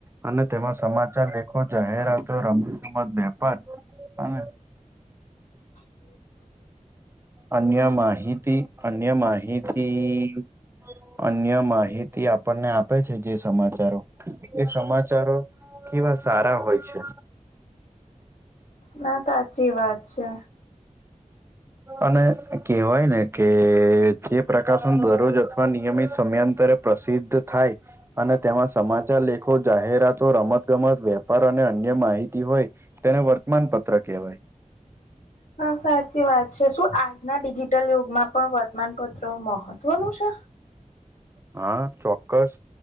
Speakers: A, on the right; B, on the left.
A: અને તેમાં સમાચાર લેખો જાહેરતો રમતગમત વેપાર અને
B: <inaudible>
A: અન્ય માહિતી અન્ય માહિતી અન્ય માહિતી આપણને આપેછે જે સમાચારો. એ સમાચારો કેવા સારા હોય છે.
B: ના સાચી વાત છે.
A: અને કહેવાયને કે જે પ્રકાશન દરરોજ અથવા નિયમિત સમયાંતરે પ્રસિદ્ધ થાય અને તેમાં સમાચાર લે ખો જાહેરાતો રમત ગમત વેપાર અને અન્ય માહિતી હોય. તેને વર્તમાન પત્ર કહેવાય.
B: હા સાચી વાત છે શું આજના ડિજિટલ યુગમાં પણ વર્તમાનપત્ર મહત્વનું છે.
A: હા ચોક્કસ.